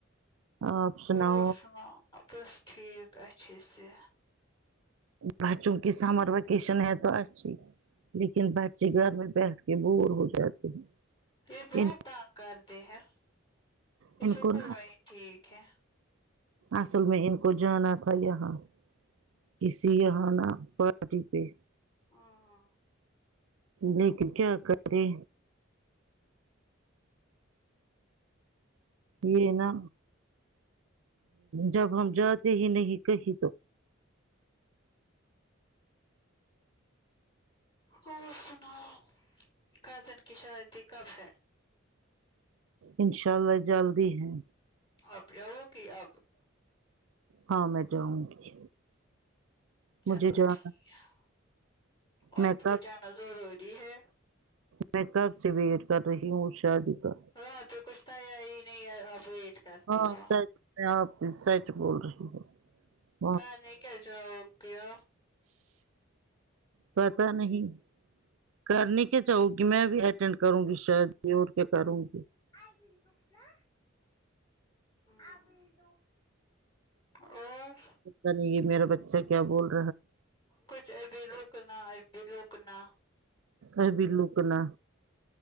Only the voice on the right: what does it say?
آپ سناؤ
بچوں کی سمر ویکیشن ہے تو اچھی لیکن بچے گھر میں بیٹھ کے بور ہو جاتے ہیں
ان
ان
کو
نا
اصل میں ان کو جانا تھا یہاں کسی یہاں پارٹی پہ
لیکن کیا کر رہے یہ نا جب ہم جاتے ہی نہیں کہیں تو
انشاء اللہ جلدی ہے
ہاں میں جاؤں گی
مجھے جانا
میں کب
میں کب سے ویٹ کر رہی ہوں شادی کا
ہاں
سچ میں آپ سچ بول رہی ہوں
پت نہیں کرنی کیا چاہوں گی میں بھی اٹینڈ کروں گی شاید بھی اور کیا کروں گی
پتا نہیں یہ میرا بچہ کیا بول رہ
ابھی روکنا